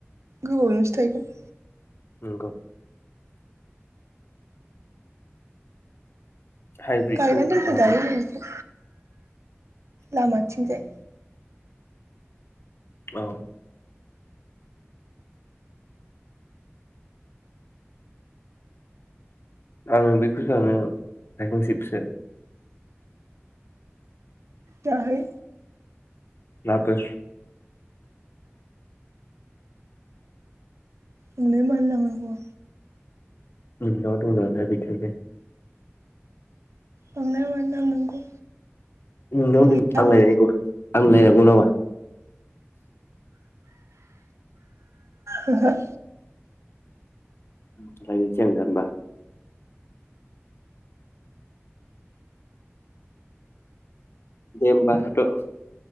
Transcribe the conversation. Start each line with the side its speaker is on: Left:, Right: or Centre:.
Right: गोबावजोंसो थायगोन।
Left: नंगौ हाइब्रिदखौ
Right: गायना दोनफैजायो
Left: लादो
Right: नैबिथिं लामाथिंजाय
Left: औ आङो बेखौसो जानो थाइखंस्रिखौसो
Right: जाहै
Left: लाबो
Right: नोंनो मानो लांनांगौ
Left: नोंनाव दं नालाय बेखायनो
Right: आंलाय मानो लांनांगौ
Left: नोंनाव
Right: गैयाबा
Left: दं आं लायनांगौ आंलायनांगौ नामा
Right: ओहो
Left: <unintelligible> जों दानबा दे होमब्ला थाथ